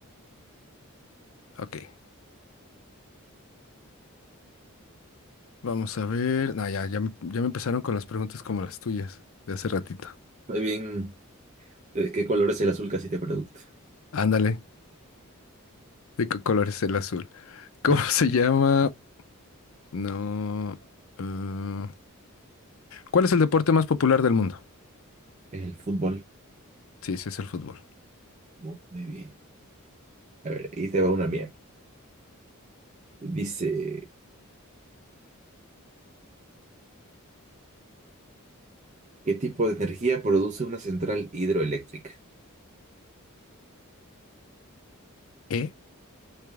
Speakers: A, on the left; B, on the right.
A: Ok. Vamos a ver. No, ya, ya, me- ya me empezaron con las preguntas como las tuyas de hace ratito.
B: Muy bien. ¿De qué color es el azul casi te pregunto?
A: Ándale. ¿De qué color es el azul? <laughs> ¿Cómo
B: <laughs>
A: se llama? No. eh, ¿Cuál es el deporte más popular del mundo?
B: El fútbol.
A: Sí, sí, es el fútbol.
B: Muy bien. A ver, ahí te va una mía. Dice, ¿qué tipo de energía produce una central hidroeléctrica?
A: ¿Eh?